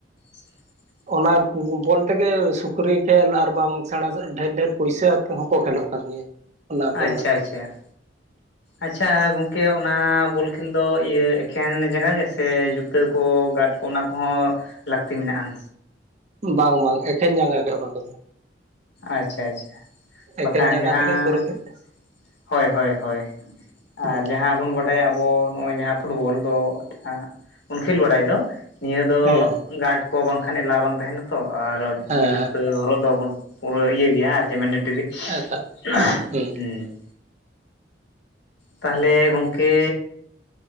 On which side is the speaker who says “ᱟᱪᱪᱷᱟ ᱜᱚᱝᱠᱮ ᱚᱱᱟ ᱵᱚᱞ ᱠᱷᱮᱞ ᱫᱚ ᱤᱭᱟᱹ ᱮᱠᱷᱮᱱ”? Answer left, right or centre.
Left